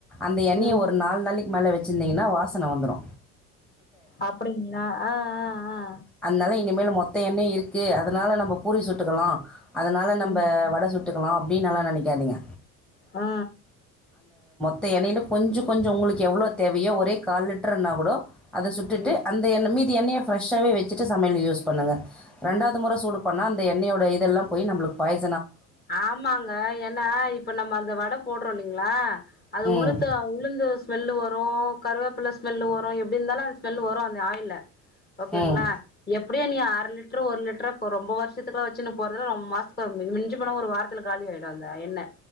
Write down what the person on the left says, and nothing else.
ம்
அப்டிங்களா ஆ ஆ ஆ
ம் ம்
ஆ
ம்
ஆமாங்க ஏன்னா இப்ப நம்ம அந்த வட போட்ரோ இல்லைங்களா அது
உளுத்த உளுந்து அ ஸ்மெல்லு வரூ கருவேப்பில்ல ஸ்மெல்லு வரூ எப்டிருந்தாலு அந்த ஸ்மெல் வரு அந்த ஆயில்ல ஓகேங்ளா
எப்டியு நீ அர லிட்ரு ஒரு லிட்ரோ கோ ரொம்ப வருசத்துக்குளா வச்சுனு போறதடவ ரொம் மாஸ் <unintelligible> மிஞ்மிஞ்சி சி போனா ஒரு வாரத்துல காலி ஆயிடு அந்த எண்ணெ